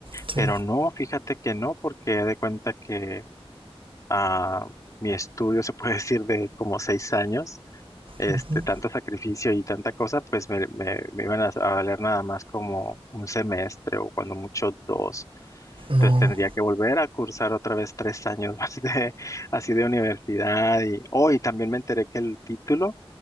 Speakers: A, on the right; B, on the left.
A: Sí,
B: pero no, fíjate que no, porque haz de cuenta que... a mi estudio, se puede <laughs> decir, de como seis años, este,
A: ujú,
B: tanto sacrificio y tanta cosa, pues me, me- me iban a, a valer nada más como un semestre o cuando mucho dos. Entonces
A: no,
B: tendría que volver a cursar otra vez tres años <laughs> más de, así de universidad. Y hoy también me enteré que el título